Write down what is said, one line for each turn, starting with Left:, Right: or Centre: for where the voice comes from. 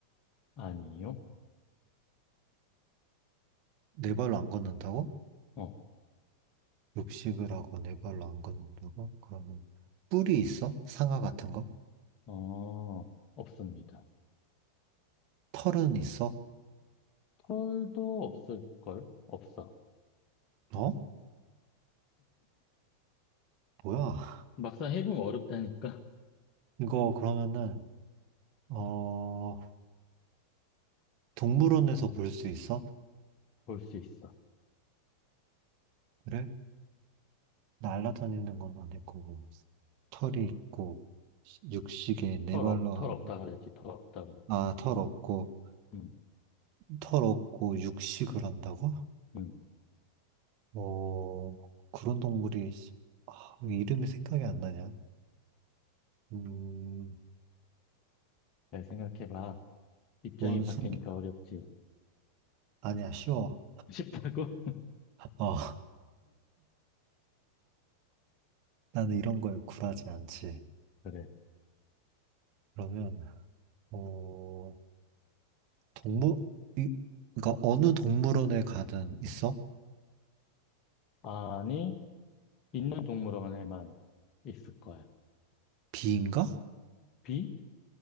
Left: 아니요?
Right: 네 발로 안 걷는다고?
Left: 어,
Right: 육식을 하고 네 발로 안 걷는다고? 그러면 뿔이 있어? 상아 같은 거?
Left: 어, 없습니다.
Right: 털은 있어?
Left: 털도 없을걸? 없어.
Right: 어? 뭐야?
Left: 막상 해보면 어렵다니까?
Right: <laughs> 이거 그러면은 어, 동물원에서 볼 수 있어?
Left: <laughs> 볼 수 있어.
Right: 그래? 날아다니는 건 아닐 거고, 털이 있고, 육식에 네
Left: 털
Right: 발로
Left: 없, 털
Right: 한
Left: 없다
Right: 건,
Left: 그랬지, 털 없다 그랬지.
Right: 아, 털 없고,
Left: 음,
Right: 털 없고 육식을 한다고?
Left: 음,
Right: 어, 그런 동물이, 아, 왜 이름이 생각이 안 나냐? 음,
Left: 잘 생각해봐. 입장이
Right: 원숭이,
Left: 바뀌니까 어렵지.
Right: 아니야, 쉬워.
Left: <laughs> 싶다고?
Right: 어, <laughs> 나는 이런 거에 굴하지 않지.
Left: 그래.
Right: 그러면, 어, 동물, 이, 그러니까 어느 동물원에 가든 있어?
Left: 아니, 있는 동물원에만 있을 거야.
Right: 비인가?
Left: 비?